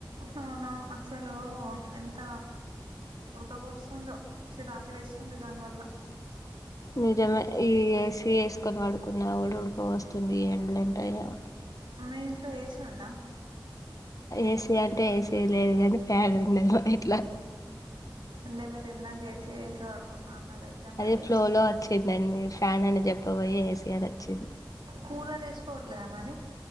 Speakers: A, on the right; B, on the left.
A: అవునా అసలు ఎంత ఉడకపోస్తుందో చిరాకు లేస్తుంది దానివల్ల
B: నిజమే ఈ ఏసి ఏసుకొని పడుకున్న వుడుక పోస్తుంది ఈ ఎండ్లు ఏంటో ఏమొ
A: మీ ఇంట్లో ఏసి ఉందా
B: ఏసీ అంటే ఏసీ లేదు కానీ ఫ్యాన్ ఉన్నది మా ఇంట్లో
A: అంటే మీరు ఇందాక ఏసీ ఏసి పడుకున్నా అన్నారు అయితే మరి
B: అదే
A: ఏసి
B: ఫ్లోలో వచ్చిందండి ఫ్యాన్ అని చెప్పబోయి ఏసి అని వచ్చింది
A: కూలర్ ఏసుకోవట్లేదా మరి